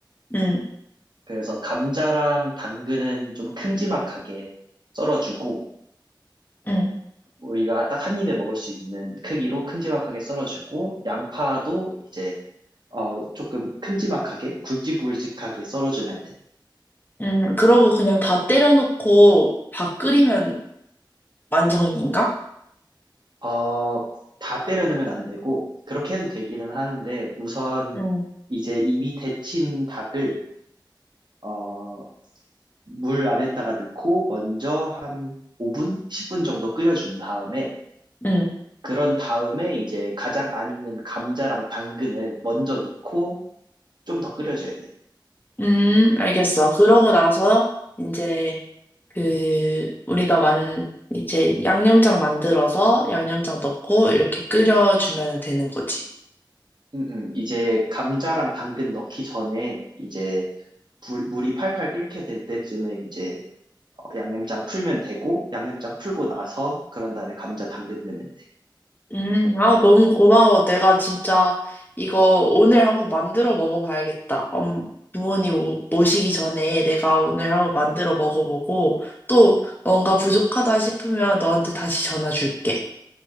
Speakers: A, on the left (about 25°); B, on the right (about 60°).
A: 음,
B: 그래서 감자랑 당근은 좀 큼지막하게 썰어주고,
A: 음,
B: 우리가 딱 한 입에 먹을 수 있는 크기로 큼지막하게 썰어주고 양파도 이제 어 조금 큼지막하게 굵직굵직하게 썰어주면 돼.
A: 음, 그러고 그냥 다 때려놓고 다 끓이면 완성인가?
B: 어, 다 때려 넣으면 안 되고 그렇게 해도 되기는 하는데 우선
A: 음,
B: 이제 이미 데친 닭을 어, 물 안에다가 넣고 먼저 한 5분, 10분 정도 끓여준 다음에
A: 음,
B: 그런 다음에 이제 가장 안 익는 감자랑 당근을 먼저 넣고 좀 더 끓여줘야 돼.
A: 음, 알겠어. 그러고 나서 이제 그 우리가 만 이제 양념장 만들어서 양념장 넣고 이렇게 끓여주면 되는 거지.
B: 음, 음. 이제 감자랑 당근 넣기 전에 이제 불- 물이 팔팔 끓게 될 때쯤에 이제 어, 양념장 풀면 되고 양념장 풀고 나서 그런 다음에 감자 당근 넣으면 돼.
A: 음, 아, 너무 고마워. 내가 진짜 이거 오늘 한번 만들어 먹어봐야겠다. 엄, 부모님 오- 모시기 전에 내가 오늘 한번 만들어 먹어보고 또 뭔가 부족하다 싶으면 너한테 다시 전화 줄게.